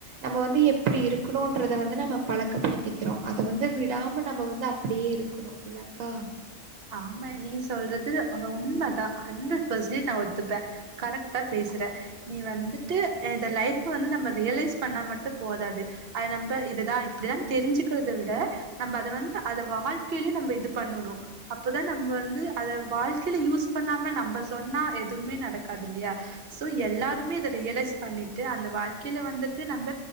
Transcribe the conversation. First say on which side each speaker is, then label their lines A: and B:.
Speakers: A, on the right (about 90°); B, on the right (about 55°).
A: நம்ம வந்து எப்பிடி இருக்கணுன்றத வந்து நம்ம பழக்கப்படுத்திக்கிறோ அத வந்து விடாம நம்ம வந்து அப்படியே இருக்கணு இல்லக்கா
B: ஆமா நீ சொல்றது ஒரு உண்மதா ஹண்ட்ரட் பெர்சன்டேஜ் நா ஒத்துப்ப கரெக்டா பேசுற நீ வந்துட்டு இத லைஃப் வந்து நம்ம ரியலைஸ் பண்ணா மட்டு போதாது அத நம்ம இததா இப்புடிதா தெரிஞ்சுக்கிறத விட நம்ம அத வந்து அத வாழ்க்கைலயு நம்ம இது பண்ணோணு அப்பதா நம்ழ வந்து அத வாழ்கைல யூஸ் பண்ணாம நம்ம சொன்னா எதுவுமே நடக்காது இல்லையா சோ எல்லாருமே இத ரியலைஸ் பண்ணிட்டு அந்த வாழ்க்கையில வந்துட்டு நம்ப